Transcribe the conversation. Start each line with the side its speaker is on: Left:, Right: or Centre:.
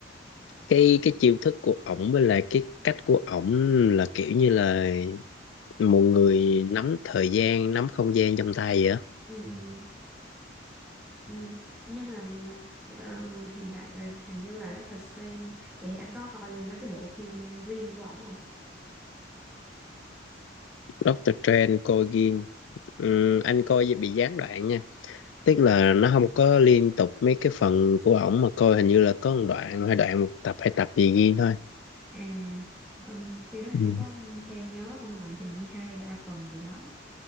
Left: cái cái chiêu thức của ổng với lại cái cách của ổng là kiểu như là một người nắm thời gian nắm không gian trong tay vậy á
Centre: Ừ. Ừ. Ừ. ừ. Nhưng mà, mà ờ, hiện tại ờ, hình như là Doctor Strange vậy thì anh có coi luôn mấy cái bộ phim riêng của ổng không?
Left: doctor strange coi ghiêng Ừm, anh coi vậy bị gián đoạn nha tức là nó không có liên tục mấy cái phần của ổng mà coi hình như là có một đoạn hay đoạn một tập hay tập gì ghiêng thôi
Centre: à um, phim đó hình
Left: ừ.
Centre: như có thêm nhớ không lầm thì hình như hai hay ba phần gì đó